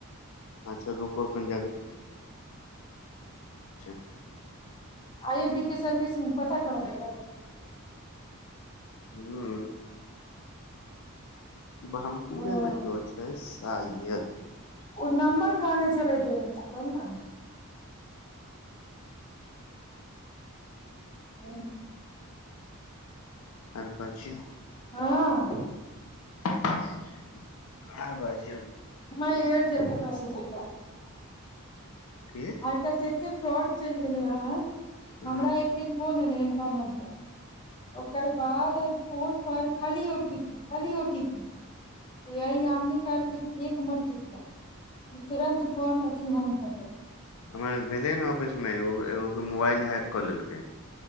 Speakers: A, on the left; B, on the left.
A: अच्छा रु क अक्खन। <unintelligible>
B: आइ ए बी के सर्विसिंग पता करअ परत।
A: ह्म। ब्रह्मपुरेमे
B: ओ
A: क्यों छै सायद।
B: ओ नम्बर कहाने चले देते त न। ह्म।
A: आर पाछीयो।
B: हँ
A: आर बाज।
B: माय एयरटेल के मैसे। <unintelligible>
A: की
B: <unintelligible> फ्रॉड चैल गेले यार।
A: ह
B: हमरा एकदिन। फोन एले। <unintelligible> ओकर बाद फोन पर खाली ओटी पी खाली ओ टी पी त यही यामनी कहलकै एक मत टीपीह त तुरंत फोन अथिी हैंग कर लेतो।
A: हमर भेलै ने ऑफिस मे एो एगो के मोबाइल हैक कऽ लेलकै।